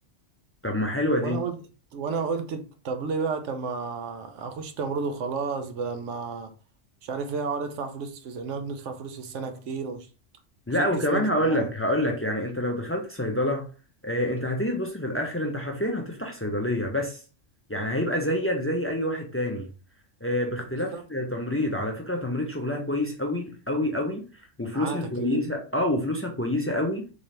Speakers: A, on the left; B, on the right.
A: طب ما حلوة دي
B: وانا قلت وانا قلت طب ليه بقى طب ما اخش تمريض وخلاص بدل ما مش عارف ايه اقعد ادفع فلوس في س- نقعد ندفع فلوس في السنه كتير وش...
A: لا
B: وست
A: وكمان
B: سنين
A: هقول
B: كمان
A: لك هقول لك يعني انت لو دخلت صيدله آه، انت هتيجي تبص في الاخر انت حرفيا هتفتح صيدليه بس يعني هيبقى زيك زي اي واحد تاني آه، باختلاف
B: بالظبط
A: آه، تمريض على فكره تمريض شغلها كويس قوي قوي قوي وفلوسها
B: معاه تكليف
A: كويسه اه وفلوسها كويسه قوي